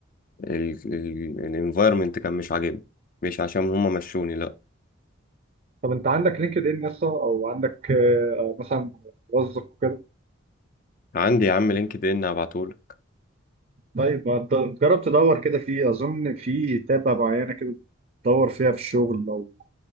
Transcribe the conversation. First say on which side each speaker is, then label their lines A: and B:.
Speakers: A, on the left; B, on the right.
A: الانفايرمنت كان مش عاجبني مش عشان هما مشوني لا
B: طب انت عندك لينكد ان يسطا او عندك آه، مثلا موظف وكده
A: عندي يا عم لينكد ان هبعتهولك
B: طيب ما تد- جرب تدور كده فيه اظن في تابة معينة كده تدور فيها في الشغل لو